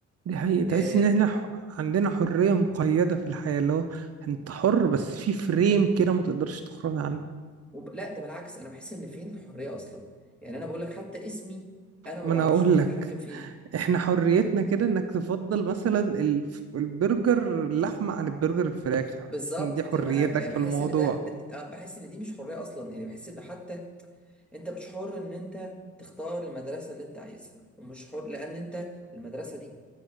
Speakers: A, on the right (about 55°); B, in the centre.
A: دي حقيقة تحس
B: آه،
A: ان احنا ح- عندنا حريه مقيده في الحياه اللي هو انت حر بس في فريم كده ما تقدرش تخرج عنه
B: وب... لا ده بالعكس انا بحس ان فين الحريه اصلا يعني انا بقول لك حتى اسمي انا ما
A: ما
B: بعرفش
A: انا هقول
B: ان انا
A: لك
B: اتحكم فيه
A: احنا حريتنا كده انك تفضل مثلا الف- البرجر اللحمه عن البرجر الفراخ حاسس
B: بالظبط
A: ان دي حريتك
B: ما- بحس
A: في الموضوع
B: ان ده ده- اه بحس ان دي مش حريه اصلا يعني بحس ان حتى انت مش حر ان انت تختار المدرسه اللي انت عايزها ومش حر لان انت المدرسه دي